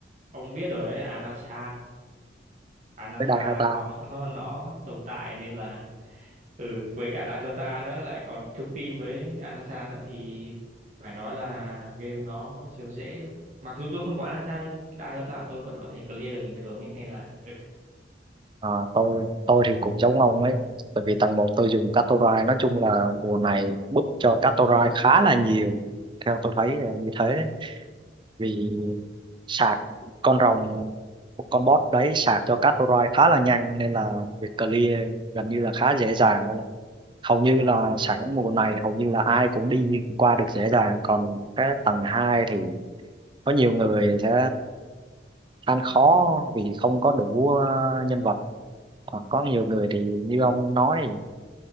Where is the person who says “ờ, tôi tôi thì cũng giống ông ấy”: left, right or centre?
Right